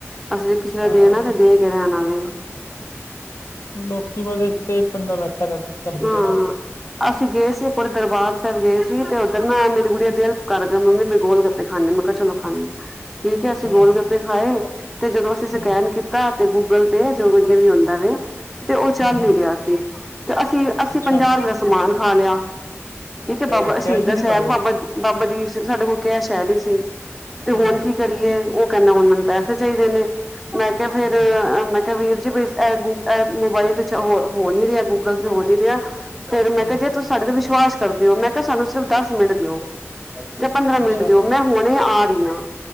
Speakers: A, in the centre; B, on the left.
A: ਅਸੀਂ ਜੇ ਕਿਸੇ ਦਾ
B: ਹਾਂ
A: ਦੇਣਾ
B: ਬਸ
A: ਤੇ ਦੇ ਕੇ ਰਹਿਣਾ ਵੇ।
B: ਲੋਕੀ ਬਸ ਇੱਕ ਤੇ ਇੱਕ ਬੰਦਾ ਬੈਠਾ ਦਾ ਝੱਟ ਦੇਂਦੇ
A: ਹਾਂ।
B: ਨਾ।
A: ਅਸੀਂ ਗਏ ਸੀ ਇੱਕ ਵਾਰੀ ਦਰਬਾਰ ਸਾਹਿਬ ਗਏ ਸੀ ਤੇ ਉੱਧਰ ਨਾ ਮੇਰੀ ਗੁੜੀ ਦੀ ਦਿਲ ਕਰ ਪਿਆ, ਮੰਮੀ ਮੈਂ ਗੋਲ ਗੱਪੇ ਖਾਂਣੇ ਮੈਂ ਕਿਹਾ ਚਲੋ ਖਾਂਨੇ ਠੀਕ ਐ ਅਸੀਂ
B: ਹੂੰ
A: ਗੋਲ ਗੱਪੇ ਖਾਏ ਤੇ ਜਦੋਂ ਅਸੀਂ ਸਕੈਨ
B: ਹੂੰ
A: ਕੀਤਾ ਤੇ ਗੂਗਲ ਪੇ ਜੋ ਜੇ ਕੁੱਝਵੀ ਹੁੰਦਾ ਵੇ, ਤੇ ਉਹ ਚੱਲ
B: ਹੂੰ ਹੂੰ
A: ਨੀ ਰਿਹਾ ਸੀ ਤੇ ਅਸੀਂ ਅਸੀ
B: ਅੱਛਾ
A: ਪੰਜਾਹ ਰੁਪਏ ਦਾ ਸਮਾਨ ਖਾ ਲਿਆ। ਠੀਕ ਐ
B: ਫੇਰ
A: ਬਾਬਾ
B: ਕੈਸ਼
A: ਸ਼ਹੀਦਾ
B: ਨਹੀਂ ਸੀ
A: ਸਾਹਿਬ
B: ਤੁਹਾਡੇ ਕੋਲ
A: ਬਾਬਾ- ਬਾਬਾ ਦੀਪ ਸਿੰਘ ਸਾਡੇ ਕੋਲ ਕੈਸ ਹੈ ਨੀ ਸੀ ਤੇ ਹੁਣ
B: ਹੂੰ
A: ਕੀ ਕਰੀਏ, ਉਹ ਕਹਿੰਦਾ ਹੁਣ ਮੈਨੂੰ ਪੈਸੇ ਚਾਹੀਦੇ ਨੇ ਮੈਂ ਕਿਹਾ ਫੇਰ
B: ਹੂੰ
A: ਮੈਂ ਵੀਰ ਜੀ ਐ-ਐ ਮੋਬਾਇਲ ਵਿੱਚ ਹੋ ਨੀ ਰਿਹਾ, ਗੂਗਲ ਪੇਅ ਹੋ ਨੀਂ ਰਿਹਾ। ਫੇਰ ਮੈਂ
B: ਹੂੰ
A: ਕਿਹਾ ਜੇ ਤੁਸੀਂ ਸਾਡੇ ਤੇ ਵਿਸ਼ਵਾਸ ਕਰਦੇ ਹੋ, ਮੈਂ ਕਿਹਾ ਸਾਨੂੰ ਸਿਰਫ ਦਸ ਮਿੰਟ ਦਿਓ। ਜਾਂ ਪੰਦਰਾਂ ਮਿੰਟ
B: ਅੱਛਾ
A: ਦਿਓ ਮੈਂ ਹੁਣੇ ਆ ਰੀ ਆ,